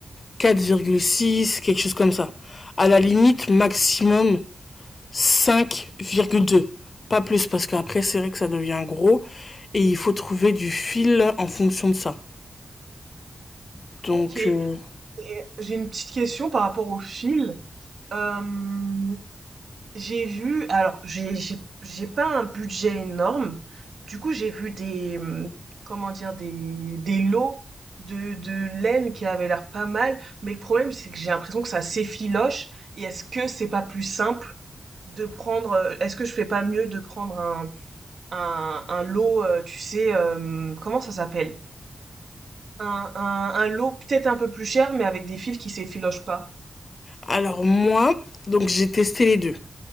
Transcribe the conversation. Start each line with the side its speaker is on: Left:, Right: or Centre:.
Left: 4,6, quelque chose comme ça. À la limite, maximum 5,2. Pas plus, parce qu'après, c'est vrai que ça devient gros. Et il faut trouver du fil en fonction de ça. Donc,
Right: Ok. Et
Left: euh,
Right: j'ai une petite question par rapport au fil. Euh, J'ai vu alors j'ai j'ai j'ai pas un budget énorme. Du coup, j'ai vu des hum, comment dire des des lots de de laine qui avaient l'air pas mal, mais le problème c'est que j'ai l'impression que ça s'effiloche et est-ce que c'est pas plus simple de prendre euh, est-ce que je fais pas mieux de prendre un un un lot euh, tu sais euh, comment ça s'appelle? Un, un, un lot peut-être un peu plus cher, mais avec des fils qui s'effilochent pas.
Left: alors moi, donc j'ai testé les deux.